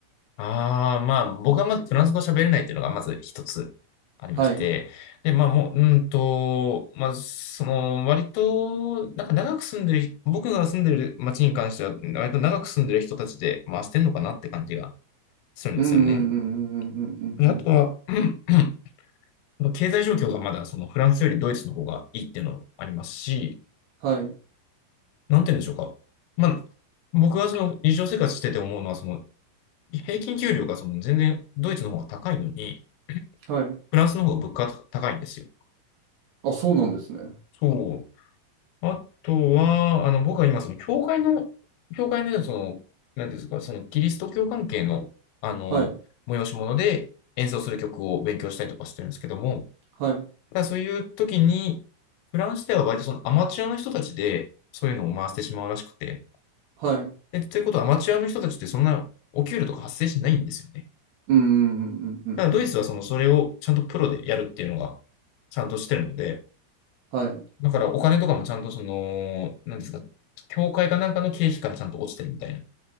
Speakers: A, on the left; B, on the right.
A: ああ、まあ、僕はまずフランス語喋れないっていうのがまず一つありまして。
B: はい。うん
A: で、まあ、もう、うんと、まあ、その、割と、なんか長く住んでる、僕が住んでる町に関しては、割と長く住んでる人たちで回してんのかなって感じがするんですよね。
B: うんうんうんうんうんうんうん。
A: で、あとは、<coughs> <clears throat> 経済状況がまだ、その、フランスよりドイツの方がいいっていうのもありますし、
B: はい。
A: なんて言うんでしょうか。まあ、僕がその日常生活してて思うのは、その平均給料がその全然ドイツの方が高いのに、
B: はい。
A: フランスの方が物価が高いんですよ。
B: あ、そうなんですね。
A: そう。あとは、あの、僕は今、その教会の、教会の、その、なんていうんですか、そのキリスト教関係の、あの、
B: はい。
A: 催し物で演奏する曲を勉強したりとかしてるんですけども、
B: はい。
A: だからそういう時に、フランスでは割とそのアマチュアの人たちで、そういうのを回してしまうらしくて、
B: はい。うん
A: え、ということは、アマチュアの人たちってそんなお給料とか発生しないんですよね。
B: うんうんうんうんうん。
A: だからドイツはそのそれをちゃんとプロでやるっていうのがちゃんとしてるので、
B: はい。
A: だからお金とかもちゃんとその、なんですか、協会かなんかの経費からちゃんと落ちてるみたいな。